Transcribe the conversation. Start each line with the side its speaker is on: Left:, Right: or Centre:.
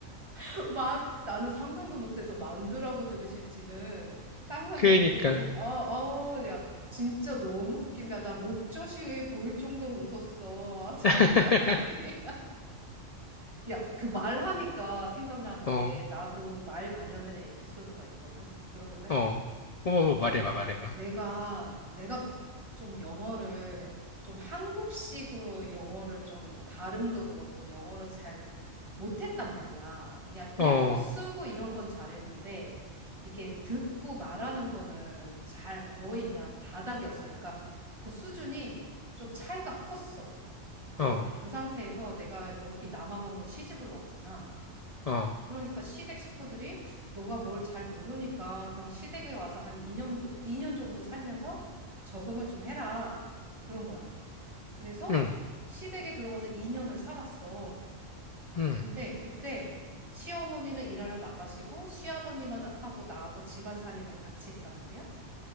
Right: <laughs> 만, 나는 상상도 못해서 만두라고 들으실지는 상상도
Left: 그러니까.
Right: 못했네. 아, 아, 야, 진짜 너무 웃긴다. 나 목젖이 보일 정도로 웃었어. 아, <laughs> 장난
Left: <laughs>
Right: 아니야. 야, 그 말하니까 생각나는데
Left: 어, 어,
Right: 나도 말 관련된 에피소드가 있거든. 들어볼래?
Left: 어. 어머머, 말해봐, 말해봐.
Right: 내가, 내가 좀 영어를, 좀 한국식으로 영어를 좀 발음도 그렇고 영어를 잘 못했단 말이야. 그냥 읽고
Left: 어.
Right: 쓰고 이런 건 잘했는데, 이렇게 듣고 말하는 거는 잘 거의 그냥 바닥이었어. 그러니까 그 수준이 좀 차이가 컸어. 그래서
Left: 어,
Right: 그 상태에서 내가 여기 남아공으로 시집을 왔잖아.
Left: 어,
Right: 그러니까 시댁 식구들이 너가 뭘 잘 모르니까 그럼 시댁에 와서 한 2년, 이 년 정도 살면서 적응을 좀 해라. 그런 거야. 그래서
Left: 응,
Right: 시댁에 들어가서 2년을 살았어.
Left: 응.
Right: 근데 그때 시어머니는 일하러 나가시고 시아버님하고 나하고 집안 살림을 같이 했단 말이야.